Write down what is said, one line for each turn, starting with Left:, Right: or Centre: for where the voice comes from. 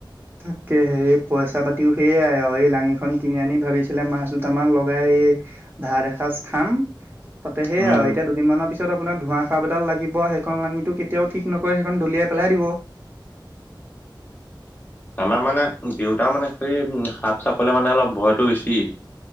Right: তাকেহে‌ হে পইচা পাতিও সেয়াই আৰু এই লাঙিখন কিনি আনি ভাবিছিলে, মাছ দুটামান লগাই এ ভাত এসাঁজ খাম। তাতে সেইয়া
Left: উম।
Right: আৰু এতিয়া দুদিনমানানৰ পিছত আপোনাৰ ধোৰা সাপ এডাল লাগিব, সেইখন লাঙিটো কেতিয়াও ঠিক নকৰে, সেইখন দলিয়াই। পেলাই দিব।
Left: আমাৰ মানে দেউতা মানে, সেই সাপ-চাপলৈ মানে অলপ ভয়টো বেছি।